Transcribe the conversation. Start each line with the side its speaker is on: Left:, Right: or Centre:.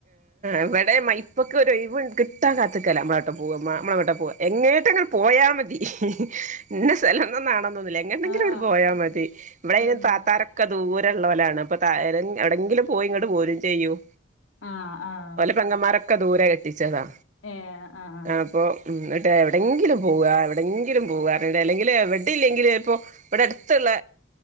Right: ഇവിടെ മൈപ്പൊക്കൊരു ഒഴിവ് കിട്ടാൻ കാത്തിക്കലാ നമ്മളെങ്ങട്ടാ പോവ്വാമ്മ നമ്മളെങ്ങട്ടാ പോവ്വാ എങ്ങോട്ടെങ്കിലും പോയാൽ മതി ഹി ഹി ഇന്ന സ്ഥലോന്നോന്നാവണോന്നുമില്ല എങ്ങണ്ടെങ്കിലും
Left: ആഹ്
Right: അങ്ങട് പോയാൽ മതി ഇവിടെ
Left: അതന്നെ
Right: അയിന് താത്താരൊ ഒക്കെ ദൂരള്ളോലാണ് അപ്പൊ താ എവിടെങ്കിലും പോയി ഇങ്ങട് പോരും ചെയ്യും
Left: ആഹ് ആഹ്
Right: പെങ്ങമാരൊക്കെ ദൂരെ കെട്ടിച്ചതാ
Left: ഏഹ് ആഹ്
Right: അപ്പൊ എന്നിട്ട് എവിടെയെങ്കിലും പോവുക എട്ട് എവിടെങ്കിലും പോവ്വാ എവിടെങ്കിലും പോവ്വാ പറഞ്ഞിട്ട് അല്ലെങ്കിൽ എവിടെ ഇല്ലെങ്കിൽ ഇപ്പോ ഇവിടെ അടുത്തുള്ള